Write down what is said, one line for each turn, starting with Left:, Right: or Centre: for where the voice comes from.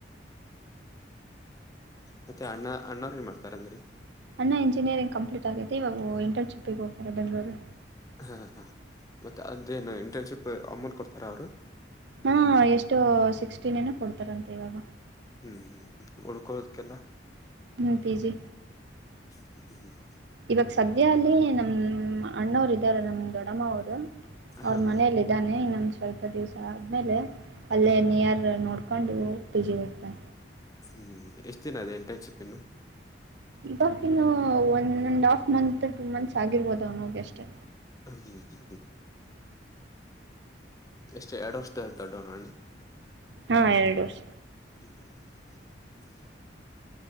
Left: ಮತ್ತೆ ಅಣ್ಣ ಅಣ್ಣವ್ರ ಏನ್ ಮಾಡ್ತಾರಂದ್ರರಿ
Right: ಅಣ್ಣ ಇಂಜಿನಿಯರಿಂಗ್ ಕಂಪ್ಲೀಟ್ ಆಗೈತೆ ಇವಾಗ ಇಂಟರ್ನ್ಶಿಪ್ಪಿಗೆ ಹೋಗ್ತಾರೆ ಬೆಂಗ್ಗಳೂರು.
Left: ಹಾ ಹಾ ಮತ್ತೆ ಅದೇನು ಇಂಟರ್ನ್ಶಿಪ್ ಅಮೌಂಟ್ ಕೊಡ್ತಾರ ಅವರು
Right: ಹಾ ಎಷ್ಟೋ ಸಿಕ್ಸ್ಟೀನ್ ಏನ ಕೊಡ್ತಾರಂತೆ ಇವಾಗ
Left: ಹ್ಮ್ ಹ್ಮ್ ಉಳ್ಕೊಳೊದಕೆಲ್ಲಾ
Right: ಮ ಪೀಜಿ
Left: <unintelligible>
Right: ಇವಾಗ ಸದ್ಯ ಅಲ್ಲಿ ನಮ ಅಣ್ಣವರು ಇದ್ದಾರ ನಮ್ ದೊಡಮ್ಮ ಅವರು. ಅವರ
Left: ಹಾ ಹಾ
Right: ಮನೇೆಯಲ್ಲಿ ಇದಾನೆ ಇನ್ನೊಂದ್ ಸ್ವಲ್ಪ ದಿವಸ ಆದ್ಮೇಲೆ ಅಲ್ಲೇ ನಿಯರ್ ನೋಡ್. ಕಂಡು ಉತ್ತೇಜಿಗ್ತೆ
Left: ಹ್ಮ್ ಎಷ್ಟ ದಿನ ಇದೆೇ ಇಂಟರ್ನ್ಶಿಪ್ ಇನ್ನು.
Right: ಇವಗ ಇನ್ನು one and half month two months ಆಗಿರ್ಬೋದು ಅವನ ಹೋಗಿ ಅಷ್ಟೇ.
Left: ಹ್ಮ್ ಎಷ್ಟ ಎರಡು ವರ್ಷ ದೋಡ್ಡನಣ.
Right: ಹ್ಮ್ಮ್ ಎರಡು ವರ್ಷ.
Left: <unintelligible>